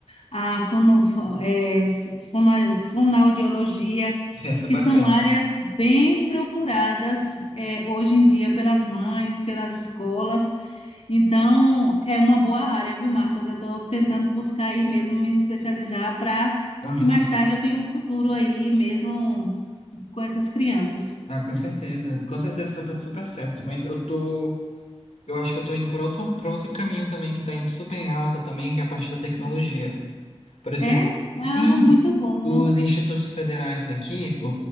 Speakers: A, on the left; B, on the left.
A: a fono, fo- é, s- fono- fonoaudiologia,
B: <laughs> Essa é
A: que
B: bacana.
A: são áreas bem procuradas, é, hoje em dia pelas mães, pelas escolas. Então, é uma boa área, viu, Marcos? Eu estou tentando buscar aí mesmo me especializar para
B: Aham.
A: que mais tarde eu tenha um futuro aí mesmo com essas crianças.
B: Ah, com certeza. Com certeza vai dar super certo, mas eu tô, eu acho que eu tô indo para outro, para outro caminho também que tá indo super em alta também, que é a parte da tecnologia. Por exemplo,
A: É? Ah,
B: sim,
A: muito bom.
B: os institutos federais daqui, o,